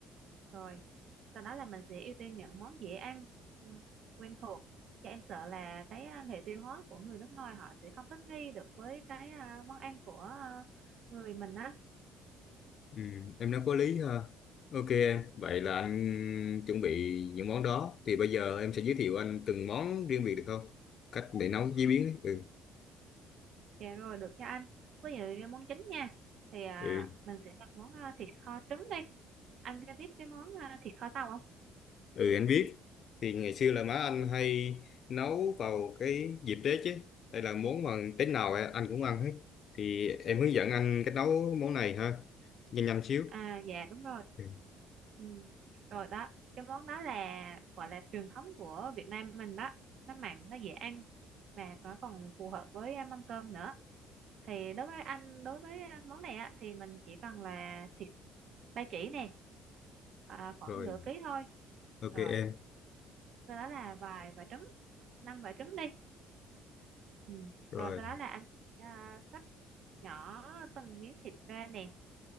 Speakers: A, on the right (about 60°); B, on the left (about 55°).
A: rồi sau đó là mình sẽ ưu tiên những món dễ ăn quen quen thuộc Và em sợ là cái à, hệ tiêu hóa của người nước ngoài họ sẽ không thích nghi được với cái à, món ăn của à, người mình á
B: Ừ, em nói có lý ha. Ok em, vậy là anh chuẩn bị những món đó. Thì bây giờ em sẽ giới thiệu anh từng món riêng biệt được không? Cách để nấu chế biến. Ừ,
A: dạ rồi được cho anh ví dụ như món chính nha thì à,
B: ừ,
A: mình sẽ làm món à, thịt kho trứng đi anh có biết cái món à, thịt kho tàu không
B: ừ anh biết. Thì ngày xưa là má anh hay nấu vào cái dịp Tết chứ. Đây là món mà Tết nào á, anh cũng ăn hết. Thì em hướng dẫn anh cách nấu món này ha. Nhanh nhanh xíu.
A: à dạ đúng rồi
B: Ừ.
A: Ừ. Rồi đó, cái món đó là gọi là truyền thống của Việt Nam mình đó. Nó mặn, nó dễ ăn mà nó còn phù hợp với à, mâm cơm nữa. Thì đối với anh, đối với à, món này á thì mình chỉ cần là thịt ba chỉ nè, à, khoảng
B: Rồi,
A: nửa ký thôi.
B: ok
A: Rồi,
B: em.
A: sau đó là vài quả trứng, năm quả trứng đi. Ừ.
B: Rồi.
A: Rồi sau đó là anh à, cắt nhỏ từng miếng thịt ra nè.